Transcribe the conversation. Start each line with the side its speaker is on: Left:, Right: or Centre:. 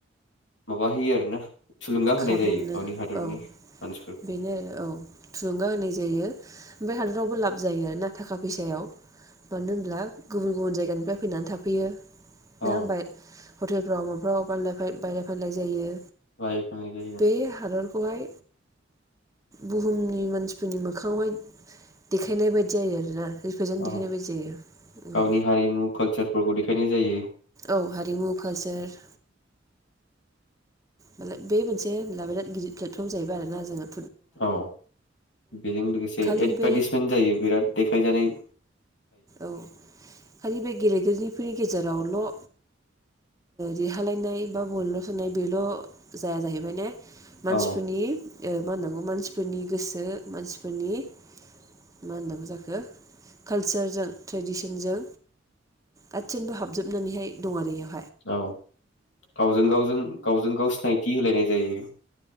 Left: माबा होयो आरो ना थुलुंगा होनाय
Right: खाबु
Left: जायो
Right: मोनो
Left: गावनि हादरनि
Right: औ
Left: मानसिफोर
Right: बेनो औ थुलुंगा होनाय जायो। ओमफाय हादरावबो लाब जायो आरो ना थाखा बैसायाव मानो होनब्ला गुबुन गुबुन जायगानिफ्राय फैनान थाफैयो। नोङा
Left: औ
Right: होमबाय हटेल फ्राव माफ्राव बानलाय फाय बायलाय फानलाय जायो।
Left: बायखांनाय दो
Right: बे हादर खौहाय बुहुमनि मानसिफोरनि मोखाङावहाय देखायनाय बायदि जायो आरोना। रिप्रेजेन्ट देखायनाय
Left: औ
Right: बायदि जायो
Left: गावनि हारिमु कालसार फोरखौ देखायनाय जायो।
Right: औ हारिमु कालचार मालाय बे मोनसे लाबा गिदिर प्लेटफर्म जाहैबाय आरोना जोङो
Left: औ बेजों लोगोसे
Right: खालि
Left: एदभार्टिसमेन्ट
Right: बे
Left: जायो बिराद देखाय जानाय।
Right: औ खालि बे गेलेगिरिफोरनि। गेजेरावल' ओ देरहालायनाय बा बलल' सोनाय बेल' जाया जाहैबाय ने। मानसिफोरनि
Left: औ
Right: ओ। मा होननांगौ मानसिफोरनि गोसो मानसिफोरनि मा होननांगौ जाखो कालसार जों ट्रेडिसनजों गासिबो हाबजोबनानैहाय दं आरो इयाव
Left: औ गावजों गावजों गावजों गाव सिनायथि होलायनाय जायो।